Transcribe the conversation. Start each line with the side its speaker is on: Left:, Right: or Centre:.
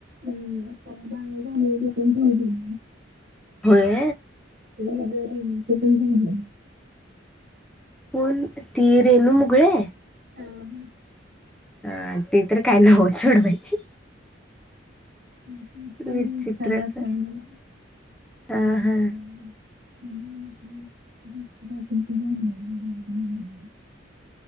Right: हम्म, आपण <unintelligible>
Centre: होय.
Right: <unintelligible>
Centre: कोण ती रेनू मुगळे?
Right: हो ना.
Centre: हा, ते तर काय नव सोड बाई.
Right: <unintelligible>
Centre: विचित्रच
Right: इंस्टालाच हाय मला.
Centre: हा
Right: <unintelligible>
Centre: हा
Right: <unintelligible>